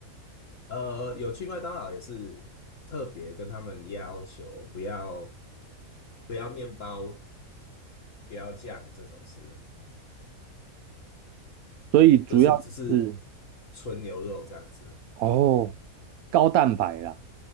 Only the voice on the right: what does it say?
所以主要是
哦，高蛋白啦。